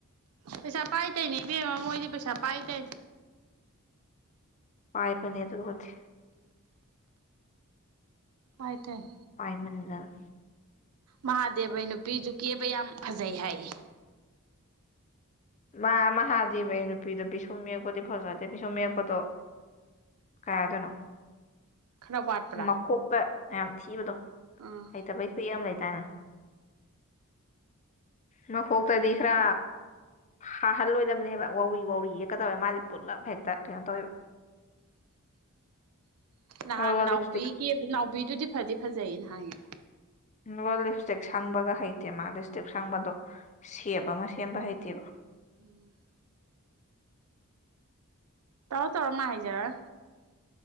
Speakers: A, on the right (about 80°); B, on the left (about 30°).
A: ꯄꯩꯁꯥ ꯄꯥꯏ ꯇꯩꯅꯦꯕꯤꯃ ꯃꯣꯏꯗꯤ ꯄꯩꯁꯥ ꯄꯥꯏ ꯇ
B: ꯄꯥꯏ ꯄꯅꯤ ꯌꯦ ꯇꯕꯨꯗꯤ
A: ꯄꯥꯏ ꯇꯧꯔꯤ
B: ꯄꯥꯏꯃꯟ ꯗꯥꯅꯥ
A: ꯃꯍꯥꯗꯦꯕꯩ ꯅꯨꯄꯤꯗꯨ ꯀꯦꯕ ꯌꯥꯝ ꯐꯖꯩ ꯍꯥꯏꯌꯦ
B: ꯃꯥ ꯃꯍꯥꯗꯤꯕꯩ ꯅꯨꯄꯤꯗꯣ ꯄꯤꯁꯨꯝ ꯌꯦꯛꯄꯗꯤ ꯐꯖꯗꯦ ꯄꯤꯁꯨꯝ ꯌꯦꯛꯄꯗꯣ ꯀꯥꯏꯗꯅꯣ
A: ꯈꯔ ꯋꯥꯠꯄ꯭ꯔꯥ
B: ꯃꯈꯣꯛꯇ ꯌꯥꯝ ꯊꯤꯕꯗꯣ
A: ꯑꯥ
B: ꯑꯩ ꯇ ꯄꯩ ꯈꯨꯨꯏ ꯑꯃ ꯂꯩ ꯇꯅ ꯃ ꯈꯣꯈ ꯇ ꯈ꯭ꯔꯥ ꯍꯥꯍꯜꯂꯣꯏꯗꯕꯅꯦꯕ ꯋꯥꯧꯔꯤ ꯋꯥꯧꯔꯤ ꯌꯦꯛꯀ ꯇꯧꯋꯦ ꯃꯥꯁꯦ ꯄꯨꯂꯞ ꯍꯦꯛꯇ ꯀꯩꯅꯣ ꯇꯧꯋꯦꯕ
A: <unintelligible> <inaudible> ꯅꯍꯥꯟ
B: ꯑꯗꯨꯒ
A: ꯅꯥꯎꯕꯤꯒꯤ
B: ꯂꯤꯞꯁꯇꯤꯛ
A: ꯅꯥꯎꯕꯤꯗꯨꯗꯤ ꯐꯗꯤ ꯐꯖꯩꯌꯦ ꯅꯍꯥꯟꯒꯤꯗ
B: ꯅꯣ ꯂꯤꯞ ꯏꯁꯇꯤꯛ ꯁꯪꯕꯒ ꯍꯩꯇꯦ ꯃꯥ ꯂꯤꯞ ꯏꯁꯇꯤꯛ ꯁꯪꯕꯗꯣ ꯁꯦꯞ ꯑꯃ ꯁꯦꯝꯕ ꯍꯩꯇꯦꯕ
A: ꯎꯝ ꯇꯔ ꯇꯧꯔꯣ ꯃꯥ ꯍꯥꯏꯩꯖꯔ